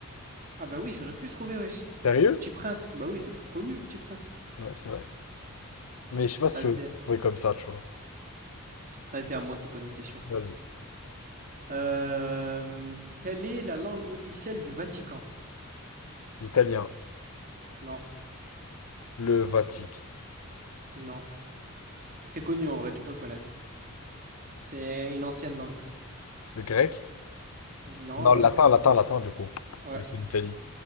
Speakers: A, on the right; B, on the left.
A: Ah bah oui, j'aurais pu trouver, wesh.
B: Sérieux?
A: Le Petit Prince. Bah oui, c'est trop connu, le Petit Prince.
B: Ouais, c'est vrai. Mais je sais pas si
A: Vas-y,
B: tu veux trouver comme ça, tu vois.
A: vas-y, à moi de te poser une question.
B: Vas-y.
A: Euh, quelle est la langue officielle du Vatican?
B: L'italien.
A: Non,
B: Le vatique.
A: non. C'est connu en vrai, tu peux connaître. C'est une ancienne langue.
B: Le grec?
A: Non,
B: Non,
A: l'autre.
B: le latin, latin, latin, du coup.
A: Ouais,
B: Vu que c'est l'Italie.